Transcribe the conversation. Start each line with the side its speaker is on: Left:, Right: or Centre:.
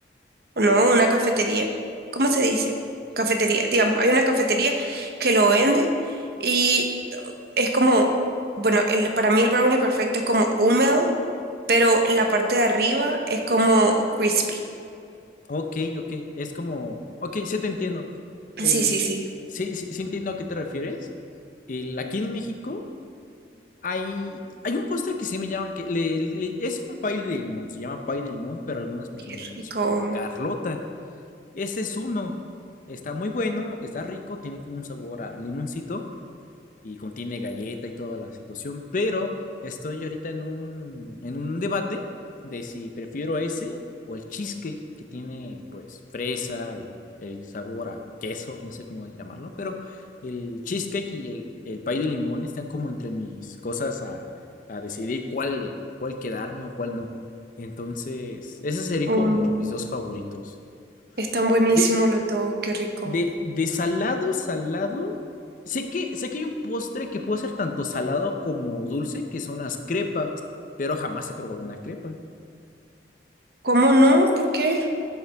Right: o no, una cafetería. ¿Cómo se dice? Cafetería, digamos, hay una cafetería que lo vende. y es como, bueno, el, para mí el brownie perfecto es como húmedo, pero la parte de arriba es como crispy.
Left: ok, ok. Es como, ok, sí te entiendo. El...
Right: Sí, sí, sí,
Left: Sí, sí, sí entiendo a qué te refieres. El... Aquí en México hay... hay un postre que sí me llama, que le- le- es un pie de limón, se llama pie de limón, pero algunas personas
Right: qué
Left: lo conocen
Right: rico.
Left: como Carlota. Ese es uno. Está muy bueno, está rico, tiene como un sabor a limoncito y contiene galleta y toda la situación, pero estoy ahorita en un, en un debate de si prefiero ese o el cheesecake que tiene pues fresa y el sabor a queso, no sé cómo llamarlo, pero el cheesecake y el, el pay de limón están como entre mis cosas a, a decidir cuál, cuál quedarme o cuál no. Entonces, esos serían
Right: Mm,
Left: como mis dos favoritos.
Right: están buenísimos
Left: De,
Right: los dos, qué rico.
Left: de, de salado, salado. Sé que, sé que hay un postre que puede ser tanto salado como dulce, que son las crepas, pero jamás he probado una crepa.
Right: ¿Cómo no? ¿Por qué?